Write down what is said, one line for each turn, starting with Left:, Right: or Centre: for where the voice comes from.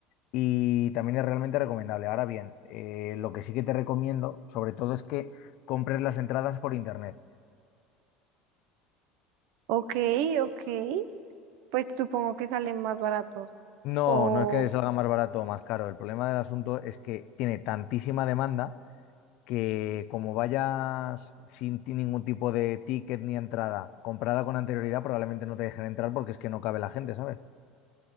Left: y también es realmente recomendable. Ahora bien, eh, lo que sí que te recomiendo, sobre todo, es que compres las entradas por internet.
Right: Ok, ok, pues supongo que salen más baratos.
Left: No,
Right: O,
Left: no es que salga más barato o más caro. El problema del asunto es que tiene tantísima demanda que como vayas sin ti- ningún tipo de ticket ni entrada comprada con anterioridad, probablemente no te dejen entrar porque es que no cabe la gente, ¿sabes?